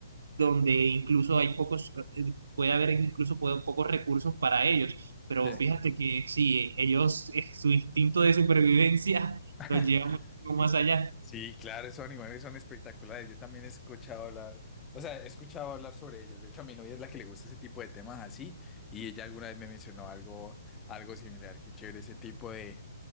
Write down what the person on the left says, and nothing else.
Sí.
<laughs>
Sí, claro, esos animales son espectaculares. Yo también he escuchado hablar, o sea, he escuchado hablar sobre ellos. De hecho, a mi novia es la que le gusta ese tipo de temas así, y ella alguna vez me mencionó algo, algo similar. Qué chévere ese tipo de,